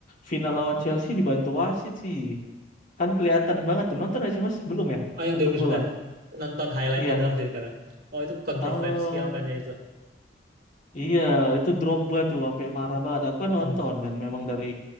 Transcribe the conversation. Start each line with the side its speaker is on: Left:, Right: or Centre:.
Left: final lawan Chelsea dibantu wasit sih. Kan kelihatan banget tuh. Nonton nggak sih Mas? Belum ya?
Right: Oh, yang
Left: Nonton
Right: dua ribu sembilan
Left: bola.
Right: Nonton highlightnya
Left: Iya.
Right: doang sih sekarang. Oh, itu kontroversial
Left: Eh,
Right: kan ya itu.
Left: Iya, itu Drogba tuh sampai marah banget. Aku kan
Right: Hmm.
Left: nonton kan, memang dari